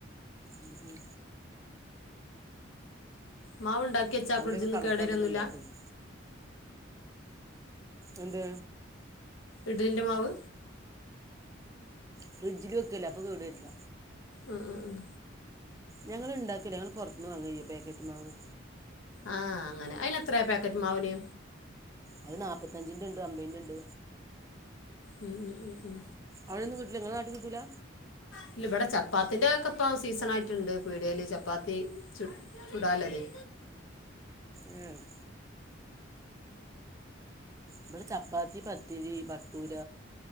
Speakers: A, on the right (about 15°); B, on the left (about 85°).
A: ഉം ഉം
B: മാവുണ്ടാക്കിവെച്ചാ
A: രാവിലെയൊക്കെ
B: ഫ്രിഡ്ജ്ന്ന്
A: കണക്കാക്കിയിട്ട്
B: കേട്വര്വൊന്നുല്ല
A: ഉണ്ടാക്കുള്ളൂ എന്ത്
B: ഇഡല്ൻ്റെ മാവ്
A: ഫ്രിഡ്ജില് വെക്ക്വല്ലേ അപ്പകേട് വര്ല്ല
B: ആഹ് ആഹ് ആഹ്
A: ഞങ്ങള്ണ്ടാക്ക്ല്ല ഞങ്ങള് പൊറത്ത്ന്ന് വാങ്ങ്വാ ഈപാക്കറ്റ്മാവ്
B: ആഹ് അങ്ങനെ അയ്നെത്രെയാ പാക്കറ്റ്മാവ്ന്
A: അത് നാപ്പത്തഞ്ചിന്റെണ്ട് അമ്പതിന്റെണ്ട്
B: ഉം ഉം ഉം ഉം
A: അവിടൊന്നും കിട്ട്ല്ല ങ്ങടെ നാട്ടികിട്ടൂല്ല
B: ഇല്ല ഇവ്ടെ ചപ്പാത്തിന്റെക്കെ ഇപ്പ സീസണായ്ട്ട്ണ്ട് പീട്യല് ചപ്പാത്തി ചു ചുടാല്ലതെ
A: ആഹ് ഇവ്ടെ ചപ്പാത്തി പത്തിരി ബട്ടൂര